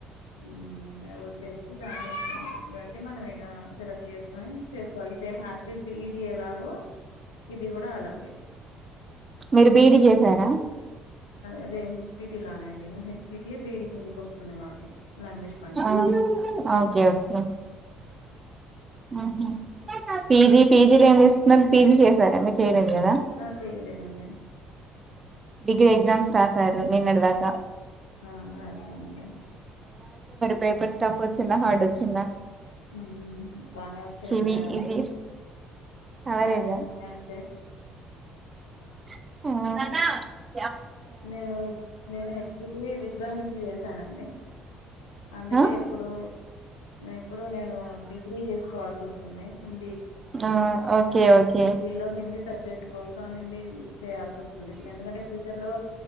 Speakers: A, on the left; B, on the right.
A: హుమ్ ఎలోట్ చేస్తే దానిని బట్టి మనం ఇగా సెలెక్ట్ చేసుకొని చేసుకోవాలి సేమ్ హాస్టీస్ బి ఈ డి ఎలాగో ఇది గూడా అలాగే.
B: మీరు బీఈడి చేసారా
A: అదే హెచ్పిటీ లానేండి హెచ్పిటీ బీఈడి కిందికి వస్తుంది మాకు లాంగ్వేజ్ పండిట్.
B: ఆ ఓకే ఓకే ఉమ్ హు పీజీ పీజీలో ఏం దీసుకున్నారు పీజీ చేసారా మీరు చేయలేదు గదా
A: ఆ! చేయలేదండి.
B: డిగ్రీ ఎగ్జామ్స్ రాశారు నిన్నటి దాకా
A: ఆ రాసానండి
B: పేపర్ స్టఫ్ వచ్చిందా హార్డ్ వచ్చిందా
A: హుమ్ బానే వచ్చాయండి
B: చివి
A: యావరేజ్
B: ఈజీ అవరేజా
A: యావరేజ్ గానే వచ్చాయి
B: ఉమ్
A: నేను నేను హెచ్పిటి విద్వాన్ నుంచి చేశానండి అందుకే
B: ఆ
A: ఇప్పుడు ఇప్పుడు నేను డిగ్రీ జేసుకోవాల్సి వస్తుంది హిందీ
B: ఆ ఓకే ఓకే
A: డిగ్రీ లో హిందీ సబ్జెక్ట్ కోసం హిందీ చేయాల్సి వస్తుంది ఎందుకంటే ఫ్యూచర్ లో